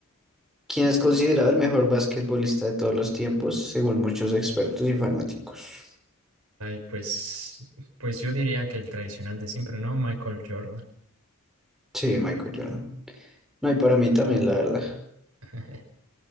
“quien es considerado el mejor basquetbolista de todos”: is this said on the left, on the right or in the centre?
Centre